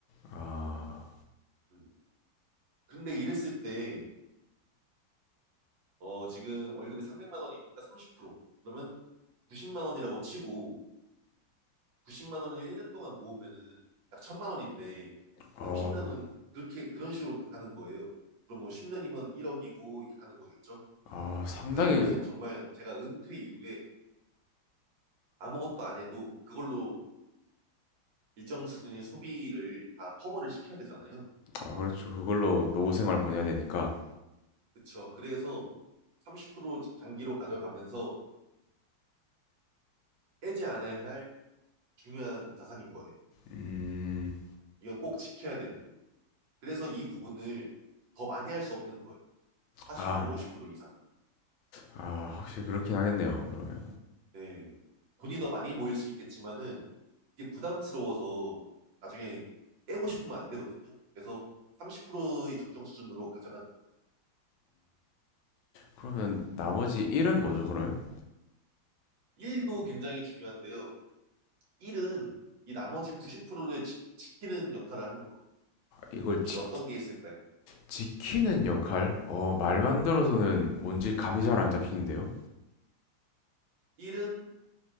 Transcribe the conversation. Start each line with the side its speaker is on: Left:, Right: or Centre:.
Left: 아,
Right: 음, 그런데 이랬을 때 어, 지금 월급이 300만 원이니까 30%. 그러면 90만 원이라고 치고 90만 원을 1년 동안 모으면은 약 천만 원인데
Left: 어,
Right: 30년은 그렇게 그런 식으로 가는 거예요. 그럼 뭐 10년이면 1억이고 이렇게 가는 거겠죠?
Left: 아, 상당히,
Right: 그 돈은 정말 제가 은퇴 이후에 아무것도 안 해도 그걸로 일정 수준의 소비를 다 커버를 시켜야 되잖아요.
Left: 아, 그렇죠. 그걸로 노후 생활 보내야 되니까.
Right: 그쵸. 그래서 30% 장기로 가져가면서 깨지 않아야 할 중요한 자산인 거예요.
Left: 음,
Right: 이건 꼭 지켜야 되는. 그래서 이 부분을 더 많이 할 수 없는 거예요. 40%
Left: 아,
Right: 50% 이상.
Left: 아, 확실히 그렇긴 하겠네요. 그러면.
Right: 네. 돈이 더 많이 모일 수 있겠지만은 이게 부담스러워서 나중에 깨고 싶으면 안 되거든요. 그래서 30%의 적정 수준으로 가져가는 거.
Left: 그러면 나머지 일은 뭐죠, 그러면?
Right: 1도 굉장히 중요한데요. 1은 이 나머지 90%를 지, 키는 역할을 하는 거예요.
Left: 이걸
Right: 혹시
Left: 지,
Right: 어떤 게 있을까요?
Left: 지키는 역할? 어, 말만 들어서는 뭔지 감이 잘 안 잡히는데요?
Right: 1은